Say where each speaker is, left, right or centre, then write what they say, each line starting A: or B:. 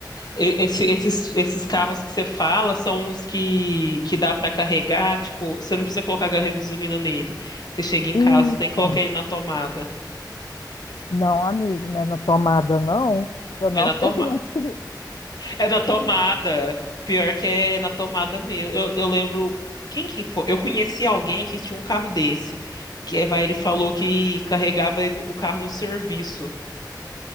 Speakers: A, on the left; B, on the left.
A: e- esse- esses, esses carros que você fala são uns que, que dá para carregar, tipo, você não precisa colocar garrafa de gasolina nele. Você chega em
B: Isso.
A: casa, tem que colocar ele na tomada.
B: Não, amigo, né? Na tomada não. Eu não
A: É na
B: sei.
A: tomada.
B: <laughs> o que-
A: É na tomada. Pior que é na tomada mesmo. Eu, eu lembro. Quem que foi? Eu conheci alguém que tinha um carro desse. Que é, vai, ele falou que carregava ele- o carro no serviço.